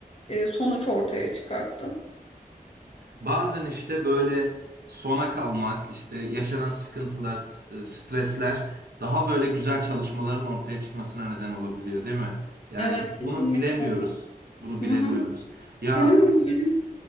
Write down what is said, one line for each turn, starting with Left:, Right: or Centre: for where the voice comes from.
Left: e, sonuç ortaya çıkarttı.
Right: Bazen işte böyle sona kalmak, işte yaşanan sıkıntılar, e, stresler daha böyle güzel çalışmaların ortaya çıkmasına neden olabiliyor, değil mi? Yani
Left: Evet kesinlikle.
Right: bunu bilemiyoruz. Bunu bilemiyoruz.
Left: Hı hı.
Right: Ya
Left: Senin mi böyle?